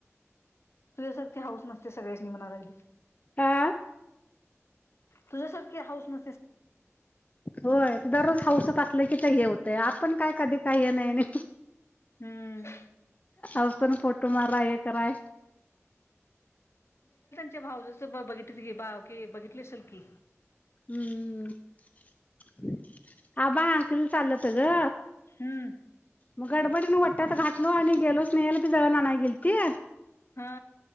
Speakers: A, on the left (about 60°); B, on the left (about 30°).
A: तुझ्यासारखे हाऊस ते सगळ्याचनी मना लागली
B: आा
A: तुझ्यासारखे हाऊस न
B: होय दररोज हाऊस असलं की हे होतंय आपण काय कधी काही हे नाही नि
A: हम्म
B: अतान फोटो मारा हे कराय
A: भाऊजीच बघित ग बा ओके बघितली असल की
B: हम्म आबा अंकल चाललंत ग
A: हम्म
B: मग गडबडी म वट्यात घातलो आणि गेलो स्नेहल बी जव नाही गेल त
A: हा